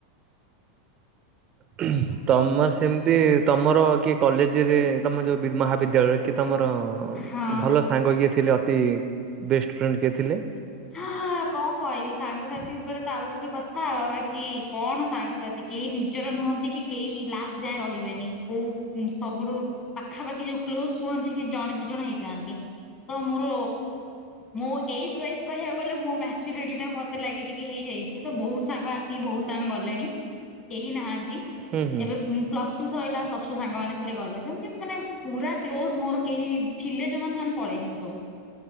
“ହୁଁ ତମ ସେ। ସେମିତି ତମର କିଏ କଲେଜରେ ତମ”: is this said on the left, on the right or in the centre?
Right